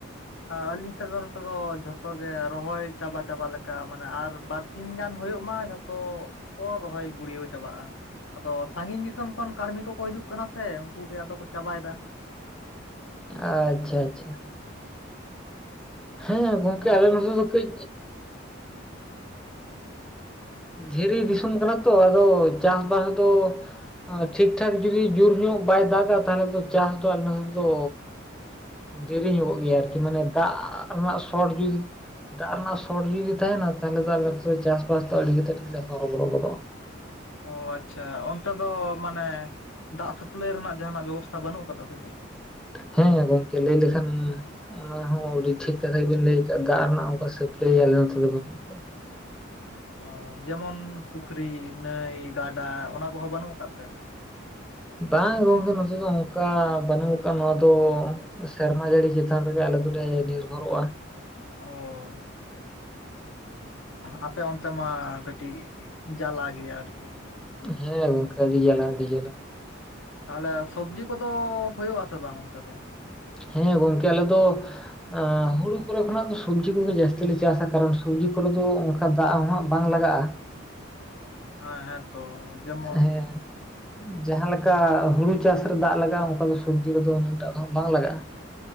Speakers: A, on the left; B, in the centre.
A: ᱟᱹᱞᱤᱧ ᱥᱮᱫ ᱫᱚ ᱱᱚᱛᱮ ᱫᱚ ᱡᱷᱚᱛᱚ ᱜᱮ ᱨᱚᱦᱚᱭ ᱪᱟᱵᱟ ᱪᱟᱵᱟ ᱞᱮᱠᱟ ᱢᱟᱱᱮ ᱟᱨ ᱵᱟᱨᱥᱤᱧ ᱜᱟᱱ ᱦᱩᱭᱩᱜ ᱢᱟ ᱡᱚ- ᱛᱚ ᱠᱚ ᱨᱚᱦᱚᱭ ᱜᱩᱲᱤᱭᱟᱹᱣ ᱪᱟᱵᱟᱜᱼᱟ ᱟᱫᱚ ᱥᱟᱺᱜᱤᱧ ᱫᱤᱥᱚᱢ ᱠᱷᱚᱱ ᱠᱟᱹᱲᱢᱤ ᱠᱚᱠᱚ ᱦᱤᱡᱩᱜ ᱠᱟᱱᱟ ᱥᱮ ᱩᱱᱠᱩ ᱜᱮ ᱟᱫᱚ ᱠᱚ ᱪᱟᱵᱟᱭᱮᱫᱟ
B: ᱟᱪᱪᱷᱟ ᱟᱪᱪᱷᱟ ᱦᱮᱸ ᱜᱚᱝᱠᱮ
A: ᱚ
B: ᱟᱞᱮ ᱱᱚᱛᱮ ᱫᱚ ᱠᱟᱹᱡ ᱫᱷᱤᱨᱤ ᱫᱤᱥᱚᱢ ᱠᱟᱱᱟ ᱛᱚ ᱟᱫᱚ ᱪᱟᱥᱵᱟᱥ ᱫᱚ ᱟᱨ ᱴᱷᱤᱠ ᱴᱷᱟᱠ ᱡᱩᱫᱤ ᱡᱳᱨ ᱧᱚᱜ ᱵᱟᱭ ᱫᱟᱜᱟ ᱛᱟᱦᱚᱞᱮ ᱫᱚ ᱪᱟᱥ ᱫᱚ ᱟᱞᱮ ᱱᱚᱛᱮ ᱫᱚ ᱫᱚ ᱫᱮᱨᱤ ᱧᱚᱜᱚᱜ ᱜᱮᱭᱟ ᱟᱨᱠᱤ ᱢᱟᱱᱮ ᱫᱟᱜ ᱨᱮᱱᱟᱜ ᱥᱚᱴ ᱡᱩᱫᱤ ᱫᱟᱜ ᱨᱮᱱᱟᱜ ᱥᱚᱴ ᱡᱩᱫᱤ ᱛᱟᱦᱮᱱᱟ ᱛᱟᱦᱚᱞᱮ ᱫᱚ ᱟᱞᱮ ᱫᱚ ᱪᱟᱥᱵᱟᱥ ᱫᱚ ᱟᱹᱰᱤ ᱠᱟᱛᱮᱫ ᱜᱮᱞᱮ ᱦᱚᱨᱚᱵᱚᱨᱚ ᱜᱚᱫᱚᱜᱼᱟ
A: ᱚ ᱟᱪᱪᱷᱟ ᱚᱱᱛᱮ ᱫᱚ ᱢᱟᱱᱮ ᱫᱟᱜ ᱥᱟᱯᱞᱟᱭ ᱨᱮᱱᱟᱜ ᱡᱟᱦᱟᱱᱟᱜ ᱵᱮᱵᱚᱥᱛᱷᱟ ᱵᱟᱹᱱᱩᱜ ᱟᱠᱟᱫᱟ ᱥᱮ ᱪᱮᱫ
B: ᱦᱮᱸ ᱜᱚᱝᱠᱮ ᱞᱟᱹᱭ ᱞᱮᱠᱷᱟᱱ ᱚᱱᱟ ᱦᱚᱸ ᱟᱹᱰᱤ ᱴᱷᱤᱠ ᱠᱟᱛᱷᱟ ᱜᱮᱵᱤᱱ ᱞᱟᱹᱭ ᱟᱠᱟᱫᱼᱟ ᱫᱟᱜ ᱨᱮᱱᱟᱜ ᱚᱱᱠᱟ ᱥᱟᱯᱞᱟᱭ ᱟᱞᱮ ᱱᱚᱛᱮ ᱫᱚ ᱵᱟᱹᱱᱩᱜ ᱠᱟᱜᱼᱟ
A: ᱚ ᱡᱮᱢᱚᱱ ᱯᱩᱠᱷᱨᱤ ᱱᱟᱹᱭ ᱜᱟᱰᱟ ᱚᱱᱟ ᱠᱚᱦᱚᱸ ᱵᱟᱹᱱᱩᱜ ᱟᱠᱟᱫ ᱛᱮ
B: ᱵᱟᱝ ᱜᱚᱝᱠᱮ ᱱᱚᱛᱮ ᱫᱚ ᱚᱱᱠᱟ ᱵᱟᱹᱱᱩᱜ ᱠᱟᱜᱼᱟ ᱱᱚᱣᱟ ᱫᱚ ᱥᱮᱨᱢᱟ ᱡᱟᱹᱲᱤ ᱪᱮᱛᱟᱱ ᱨᱮᱜᱮ ᱟᱞᱮ ᱫᱚᱞᱮ ᱱᱤᱨᱵᱷᱚᱨᱚᱜᱼᱟ <inaudible>
A: ᱚ ᱟᱯᱮ ᱚᱱᱛᱮ ᱢᱟ ᱠᱟᱹᱴᱤᱡ ᱡᱟᱞᱟ ᱜᱮᱭᱟ ᱟᱨᱠᱤ
B: ᱦᱮᱸ ᱜᱚᱢᱠᱮ ᱟᱹᱰᱤ ᱡᱟᱞᱟ ᱟᱹᱰᱤ ᱡᱟᱞᱟ
A: ᱛᱟᱦᱚᱞᱮ ᱥᱚᱵᱡᱤ ᱠᱚᱫᱚ ᱦᱩᱭᱩᱜ ᱟᱥᱮ ᱵᱟᱝ ᱚᱱᱛᱮ ᱫᱚ
B: ᱦᱮᱸ ᱜᱚᱝᱠᱮ ᱟᱞᱮ ᱫᱚ ᱮᱸ ᱦᱩᱲᱩ ᱠᱚᱨᱮ ᱠᱷᱚᱱᱟᱜ ᱫᱚ ᱥᱚᱵᱽᱡᱤ ᱠᱚᱜᱮ ᱡᱚᱛᱚ ᱠᱷᱚᱱ ᱫᱚ ᱥᱚᱵᱽᱡᱤ ᱠᱷᱚᱱ ᱜᱮ ᱡᱟᱹᱥᱛᱤ ᱞᱮ ᱪᱟᱥᱟ ᱠᱟᱨᱚᱱ ᱥᱚᱵᱽᱡᱤ ᱠᱚᱨᱮ ᱫᱚ
A: ᱚ
B: ᱚᱱᱠᱟ ᱫᱟᱜ ᱦᱚᱸᱜ ᱵᱟᱝ ᱞᱟᱜᱟᱜᱼᱟ।
A: ᱦᱮᱸ ᱦᱮᱸ ᱛᱚ ᱡᱮᱢᱚᱱ
B: ᱦᱮᱸ ᱡᱟᱦᱟᱸᱞᱮᱠᱟ ᱦᱩᱲᱩ। ᱪᱟᱥ ᱨᱮ ᱫᱟᱜ ᱞᱟᱜᱟ ᱟ ᱚᱱᱠᱟ ᱫᱚ ᱥᱚᱵᱽᱡᱤ ᱨᱮᱫᱚ ᱩᱱᱟᱹᱜᱴᱟᱜ ᱫᱚ ᱵᱟᱝ ᱞᱟᱜᱟᱜᱼᱟ।